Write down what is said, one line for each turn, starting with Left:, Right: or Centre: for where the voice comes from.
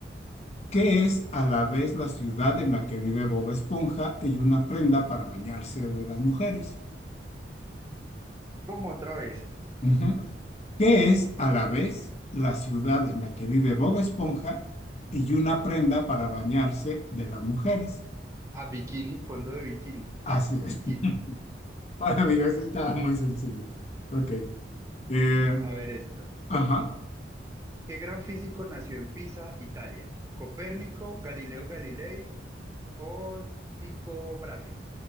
Left: ¿qué es a la vez la ciudad en la que vive Bob Esponja y una prenda para bañarse de las mujeres?
Right: ¿Cómo otra vez?
Left: Ujú. ¿Qué es a la vez la ciudad en la que vive Bob Esponja y una prenda para bañarse de las mujeres?
Right: A bikini, fondo de bikini.
Left: Así es.
Right: Bikini.
Left: <laughs> Para mí, así está muy sencilla. Ok. Eh,
Right: Sí. A ver esta.
Left: ajá.
Right: ¿Qué gran físico nació en Pisa, Italia? ¿Copérnico, Galileo Galilei o Tycho Brahe?